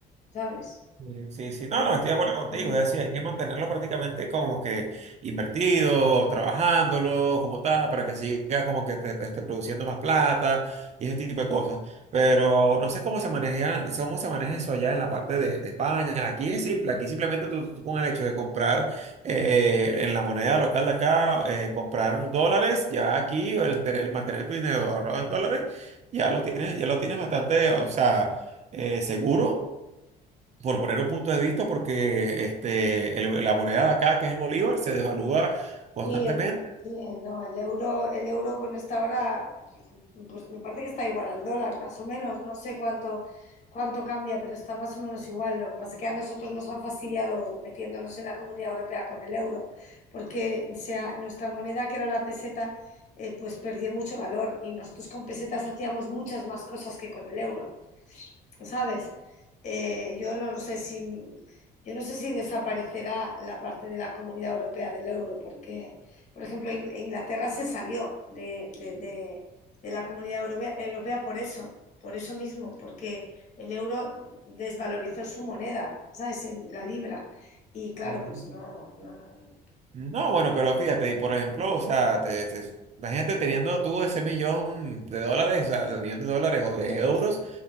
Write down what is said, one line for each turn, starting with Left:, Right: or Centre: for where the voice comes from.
Left: ¿sabes?
Right: Sí, sí, sí.
Left: El
Right: no, no, estoy de acuerdo contigo.
Left: dinero-
Right: Es decir, hay que mantenerlo prácticamente como que invertido, trabajándolo, como tal, para que siga como que te, te esté produciendo más plata y ese tipo de cosas. Pero no sé cómo se maneja, cómo se maneja eso allá en la parte de, de España. Aquí es simple, aquí simplemente tú, tú con el hecho de comprar eh, en la moneda local de acá, eh, comprar dólares, ya aquí el, tener- mantener tu dinero ahorrado en dólares, ya lo tienes, ya lo tienes bastante, o sea, eh, seguro por poner un punto de vista, porque este, el- la moneda de acá, que es el bolívar, se devalúa constantemente.
Left: Sí, el, sí, no, el euro, el euro, bueno, está ahora, pues, pues me parece que está igual al dólar, más o menos, no sé cuánto, cuánto cambia, pero está más o menos igual. Lo que pasa es que a nosotros nos han fastidiado metiéndonos en la Comunidad Europea con el euro, porque se ha- nuestra moneda, que era la peseta, eh, pues perdió mucho valor y nosotros con pesetas hacíamos muchas más cosas que con el euro. ¿sabes? Eh, yo no sé si, yo no sé si desaparecerá la parte de la Comunidad Europea del euro, porque, por ejemplo, In- Inglaterra se salió de, de- de- de la Comunidad Europea, Europea por eso, por eso mismo, porque el euro desvalorizó su moneda, ¿sabes? El- la libra. Y claro,
Right: Mm.
Left: pues no, no.
Right: No, bueno, pero fíjate, y por ejemplo, o sea, te- te- imagínate teniendo tú ese millón de dólares, o sea, de millón de dólares o de euros,